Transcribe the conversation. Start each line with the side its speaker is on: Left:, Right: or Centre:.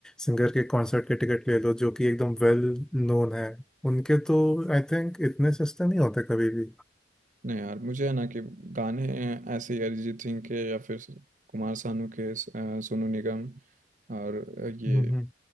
Centre: सिंगर के कॉन्सर्ट के टिकट ले लो जो कि एकदम वेल नोन है उनके तो आई थिंक इतने सस्ते नहीं होते कभी भी
Right: नहीं यार मुझे है ना कि गाने ऐसे ही अरिजीत सिंह के या फिर कुमार सानू के स- अ, सोनू निगम और ये
Centre: हम्म हम्म,